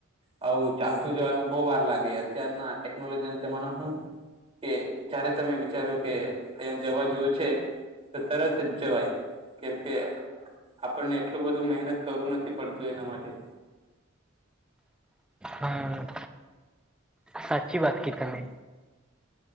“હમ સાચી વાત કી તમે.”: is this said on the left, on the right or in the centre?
Centre